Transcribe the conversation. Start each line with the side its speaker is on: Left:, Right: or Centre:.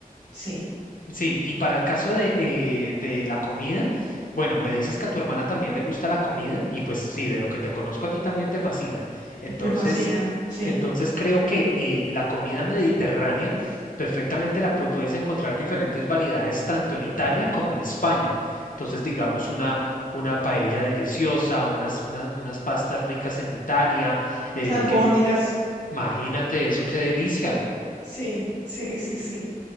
Right: Sí,
Left: Sí, y para el caso de, eh, de la comida, bueno, me dices que a tu hermana también le gusta la comida y pues sí, de lo que te conozco a ti también te fascina. Entonces,
Right: me fascina, sí.
Left: entonces creo que eh, la comida mediterránea perfectamente la pu- puedes encontrar diferentes variedades tanto en Italia como en España. Entonces, digamos una, una paella deliciosa, unas, unas, unas pastas ricas en Italia,
Right: Las
Left: eh,
Right: albóndigas,
Left: que imagínate eso, qué delicia.
Right: sí, sí, sí, sí.